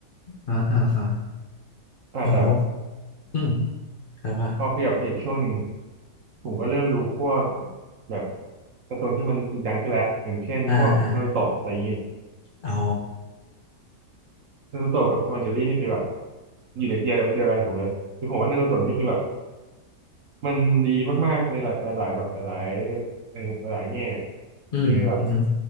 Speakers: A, on the left; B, on the right.
A: อ่าอ่าอ่า
B: อ่าแต่
A: โอ้โหอืมครับว่า
B: พอขยับมาอีกช่วงหนึ่งผมก็เริ่มดูพวกแบบการ์ตูนที่มันจริงจังขึ้นแล้วอย่างเช่นพวกนารูโตะอะไรอย่างนี้
A: อ่าอ่าอ๋อ
B: นารูโตะกับทอมแอนด์เจอรี่นี่คือแบบอยู่ในเทียร์เดียวกันของผมเลยคือผมว่านารูโตะนี่คือแบบมันดีมากๆในหลายหลายแบบหลายๆเอ่อหลายแง่
A: อืมอืมอม
B: คือแบบ